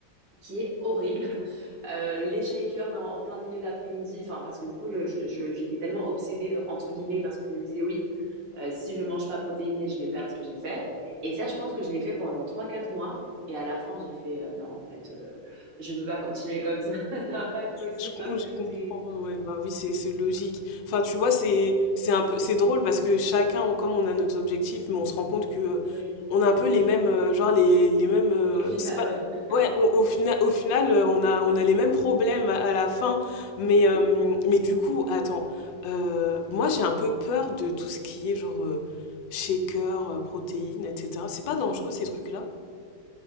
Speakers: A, on the right; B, on the left.
A: qui est horrible. <laughs> Euh, les shakers dans- en plein milieu d'après-midi, enfin parce que du coup je- je- j'étais tellement obsédée entre guillemets parce que je me disais oui, euh, si je mange pas protéiné, je vais perdre ce que j'ai fait. Et ça, je pense que je l'ai fait pendant trois quatre mois. Et à la fin, j'ai fait euh, non, en fait, euh, je peux pas continuer comme ça. <laughs> Ça va pas être possible
B: Je,
A: parce
B: com- je
A: que
B: comprends,
A: c'est,
B: ouais, ouais, bah oui, c'est c'est logique. Enfin, tu vois, c'est c'est un peu c'est drôle parce que chacun, on- comme on a nos objectifs, mais on se rend compte que euh,
A: oui,
B: on a un peu les mêmes, euh, genre les, les mêmes, euh,
A: au final,
B: c'est pas,
A: oui.
B: ouais, on- au final, au final, euh, on a on a les mêmes problèmes à, à la fin, mais
A: <laughs>
B: euh, mais du coup, attends, euh, moi j'ai un peu peur de tout ce qui est genre euh, shaker, euh, protéines, etc. C'est pas dangereux ces trucs-là?